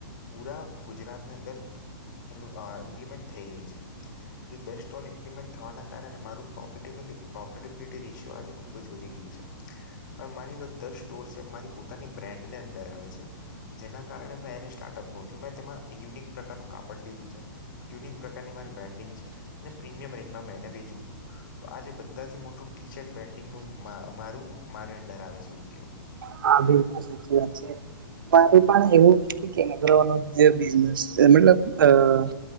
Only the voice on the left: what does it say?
પુરા ગુજરાતની અંદર એનું એ ઇમ્પ્લિમેન્ટ થઈ ગઈ છે. એ બે સ્ટોલ ઇમ્પલિમેન્ટ થવાના કારણે મારુ પ્રોફેટેબલી પ્રોફિટેબિલિટી રેશિયો આજે ખુબ જ વધી ગયું છે, હવે માનીલો દર સ્ટોર છે, મારી પોતાની બ્રાન્ડની અંદર આવે છે. જેના કારણે મેં એને સ્ટાર્ટઅપ કવ છું મેં તેમાં યુનિક પ્રકારનું કાપડ લીધું છે યુનિક પ્રકારની મારી બ્રેન્ડિંગ છે. અને પ્રીમિયમ રેન્જમાં મેં એને વેચું છું. તો આજે બધાથી મોટું ટી શર્ટ પેન્ડિંગનું મારું મારે અંડર આવે છે ઉદ્યોગ.